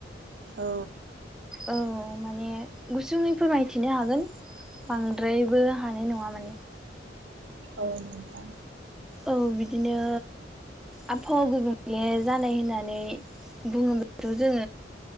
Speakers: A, on the right (about 65°); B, in the centre.
A: औ
B: औ माने गुसुङै फोरमायथिनो हागोन बां द्रायबो हानाय नङा माने
A: औ नोंथां
B: औ बिदिनो आबहावा गुबुंले जानाय होननानै बुडोंबाथ' जों